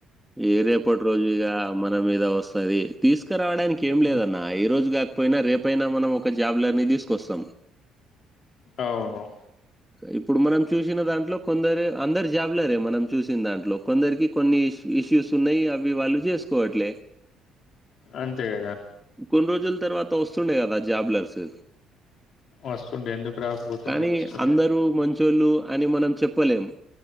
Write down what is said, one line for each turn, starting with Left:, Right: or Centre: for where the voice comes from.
Centre: ఏ రేపటి రోజు ఇగా మన మీద వస్తది తీసుకురావడానికి ఏం
Left: హ్మ్.
Centre: లేదన్న ఈ రోజు కాక పోయినా రేపయినా మనం ఒక జాబ్లర్ని తీసుకొస్తాం.
Left: అవును
Centre: ఇప్పుడు మనం చూసిన దాంట్లో కొందరు అందరు జాబ్లరే మనం చూసిన దాంట్లో. కొందరికి కొన్ని ఇష్ ఇష్యూస్ ఉన్నయి అవి వాళ్ళు చేసుకోవట్లే.
Left: అంతే కదా.
Centre: కొన్ని రోజుల తర్వాత వస్తుండే కదా జాబ్లర్స్.
Left: వస్తుండే ఎందుకు రాకపోతుండే
Centre: కానీ
Left: వస్తు
Centre: అందరూ మంచోళ్ళు అని మనం చెప్పలేము.